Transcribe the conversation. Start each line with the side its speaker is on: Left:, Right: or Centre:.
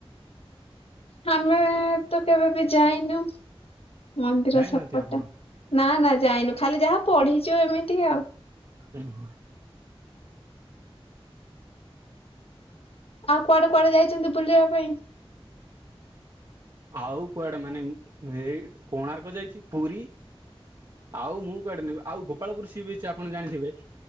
Left: ଆମେ ତ କେବେ ବି ଯାଇନୁ ମନ୍ଦିର
Right: ଯାଇନାହାନ୍ତି
Left: ସେପଟେ।
Right: ଆପଣ
Left: ନା ନା ଯାଇନୁ ଖାଲି ଯାହା ପଢିଛୁ ଏମିତି ଆଉ।
Right: ଉଁ ହୁଁ।
Left: ଆଉ କୁଆଡେ କୁଆଡେ ଯାଇଛନ୍ତି ବୁଲିବା ପାଇଁ?
Right: ଆଉ କୁଆଡେ ମାନେ ଏଇ କୋଣାର୍କ ଯାଇଛି ପୁରୀ ଆଉ ମୁଁ କୁଆଡେ ନେବେ ଆଉ ଗୋାଳପୁର ସିବିଚି ଅଛି ଆପଣ ଜାଣିଥିବେ?